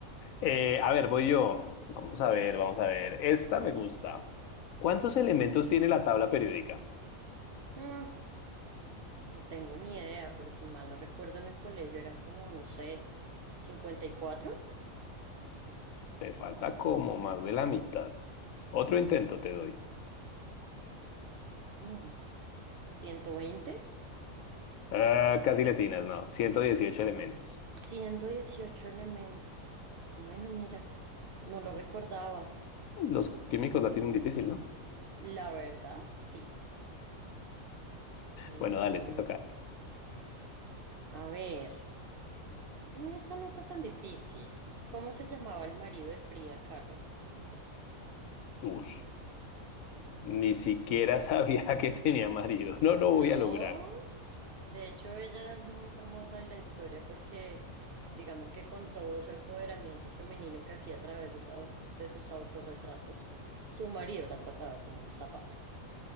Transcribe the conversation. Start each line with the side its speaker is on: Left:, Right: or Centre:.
Left: eh, a ver, voy yo. Vamos a ver, vamos a ver. Esta me gusta. ¿Cuántos elementos tiene la tabla periódica?
Right: Mm, No tengo ni idea, pero si mal no recuerdo en el colegio eran como, no sé, 54,
Left: Te falta como más de la mitad. Otro intento te doy.
Right: mm, 120,
Left: Ah, casi le atinas, no. ciento dieciocho elementos.
Right: 118 elementos. Bueno, mira, no lo recordaba.
Left: Los químicos la tienen difícil, ¿no?
Right: La verdad, sí. Mm,
Left: Bueno, dale, te toca.
Right: a ver, esta no está tan difícil. ¿Cómo se llamaba el marido de Frida Kahlo?
Left: Ush, ni siquiera sabía <laughs> que tenía marido. No lo
Right: No,
Left: voy a lograr.
Right: de hecho ella es muy famosa en la historia porque digamos que con todo su empoderamiento femenino que hacía a través de sus, de sus autorretratos, su marido la trataba como un zapato.